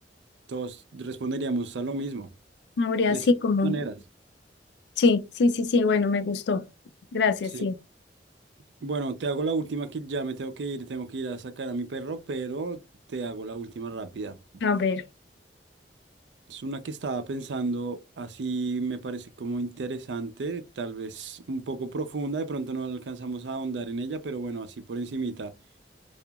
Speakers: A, on the right; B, on the left.
A: todos responderíamos a lo mismo,
B: No Habría
A: de
B: así
A: ciertas
B: como,
A: maneras.
B: sí, sí, sí, sí, bueno, me gustó. Gracias,
A: Sí.
B: sí.
A: Bueno, te hago la última que ya me tengo que ir, tengo que ir a sacar a mi perro, pero te hago la última rápida.
B: A ver,
A: Es una que estaba pensando, así me parece como interesante, tal vez un poco profunda, de pronto no alcanzamos a ahondar en ella, pero bueno, así por encimita.